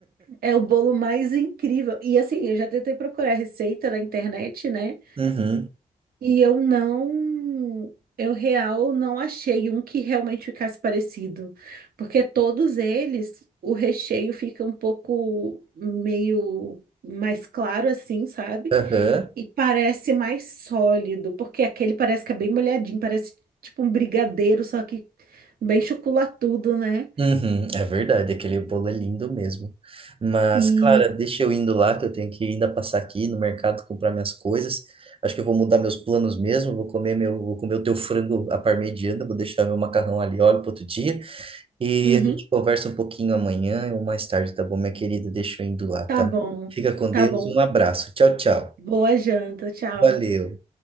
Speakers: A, on the right; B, on the right.
A: É o bolo mais incrível. E assim, eu já tentei procurar receita na internet, né?
B: Uhum.
A: E eu não, eu real não achei um que realmente ficasse parecido, porque todos eles, o recheio fica um pouco meio mais claro assim, sabe?
B: Aham.
A: E parece mais sólido, porque aquele parece que é bem molhadinho, parece tipo um brigadeiro, só que bem chocolatudo, né?
B: Uhum, é verdade, aquele bolo é lindo mesmo. Mas,
A: E
B: Clara, deixa eu indo lá, que eu tenho que ainda passar aqui no mercado comprar minhas coisas. Acho que eu vou mudar meus planos mesmo, vou comer meu, vou comer o teu frango à parmegiana, vou deixar meu macarrão ali óleo para outro dia. E
A: uhum.
B: a gente conversa um pouquinho amanhã ou mais tarde, tá bom, minha querida? Deixa eu indo lá,
A: Tá
B: tá?
A: bom,
B: Fica com
A: tá
B: Deus,
A: bom.
B: um abraço. Tchau, tchau.
A: Boa janta, tchau.
B: Valeu.